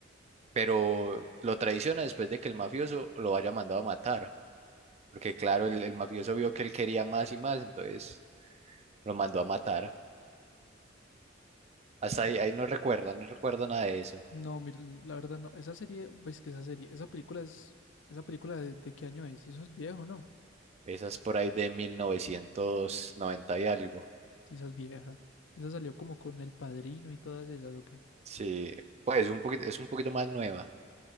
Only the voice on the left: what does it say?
No, mira, la verdad no. Esa serie, pues que esa serie, esa película es, esa película de, de qué año es? Eso es viejo, ¿no?
Sí, esa es vieja. Esa salió como con El Padrino y todas esas, ¿o qué?